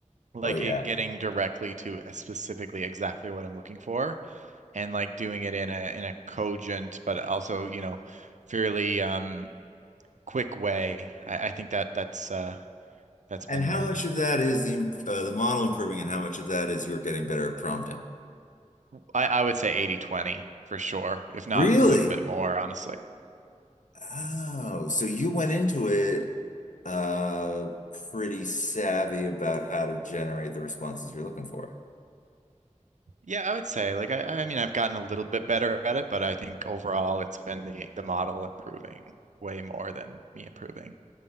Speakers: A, on the right; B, on the left.
A: Like
B: Oh yeah.
A: it getting directly to uh, specifically exactly what I'm looking for and like doing it in a in a cogent but also, you know, fairly um quick way. I, I think that that's uh that's been
B: And how
A: uh,
B: much of that is the imp- uh, the model improving, and how much of that is you're getting better at prompting?
A: I, I would say eighty twenty for sure, if not
B: Really?
A: a little bit more, honestly.
B: Oh, so you went into it uh pretty savvy about how to generate the responses you're looking for.
A: Yeah, I would say like I, I mean I've gotten a little bit better at it, but I think overall it's been the the model improving way more than me improving.